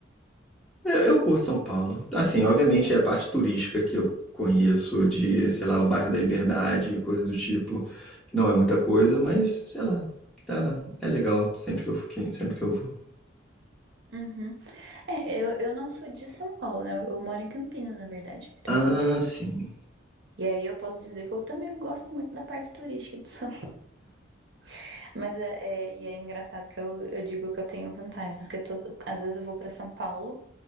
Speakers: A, in the centre; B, on the right.
A: Eu, eu curto São Paulo. Assim, obviamente
B: É.
A: é a parte turística que eu conheço de, sei lá, o bairro da Liberdade, coisa do tipo. Não é muita coisa, mas, sei lá, tá, é legal sempre que eu, sempre que eu vou.
B: Uhum. É, eu, eu não sou de São Paulo, né? Eu, eu moro em Campinas, na verdade. Então,
A: Ah, sim.
B: e aí eu posso dizer que eu também gosto muito da parte turística de São <laughs> Mas é, é- e é engraçado que eu, eu digo que eu tenho vantagens, porque todo, às vezes eu vou para São Paulo